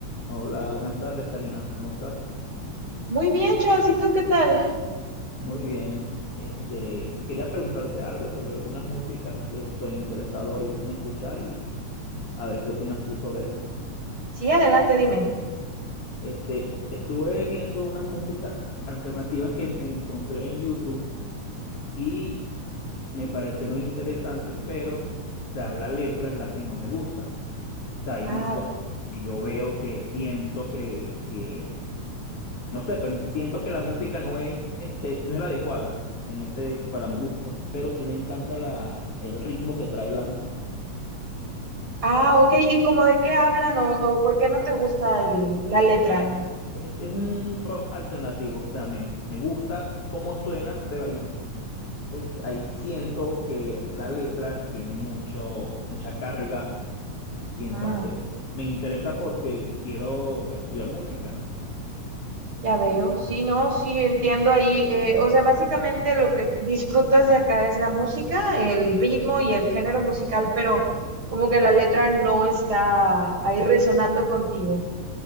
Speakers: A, on the left; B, on the right.
A: Hola, buenas tardes, Karina. ¿Cómo estás?
B: Muy bien, Charles, ¿y tú qué tal?
A: Muy bien. Este, quería preguntarte algo sobre algunas músicas que estoy interesado ahorita en escuchar y a ver qué opinas tú sobre eso.
B: Sí, adelante, dime.
A: Este, estuve viendo unas músicas alternativas que me encontré en YouTube y me parecieron interesantes, pero, o sea, la letra es la que no me gusta. O sea, hay
B: Ah,
A: unas cosas que yo veo que siento que, que No sé, pero siento que la música no es, este, no es la adecuada en ese, para mi gusto, pero sí me encanta la, el ritmo que trae la música.
B: ah, ok, ¿y cómo de qué hablan o por qué no te gusta el- la letra ahí?
A: Es, es un rock alternativo, o sea, me, me gusta cómo suena, pero ahí, este, ahí siento que la letra tiene mucho, mucha carga y entonces
B: Ah, ok,
A: me interesa porque quiero estudiar música.
B: ya veo, sí, no, sí, entiendo ahí. eh, o sea, básicamente lo que disfrutas de acá es la música, el ritmo y el género musical, pero como que la letra no está ahí resonando contigo.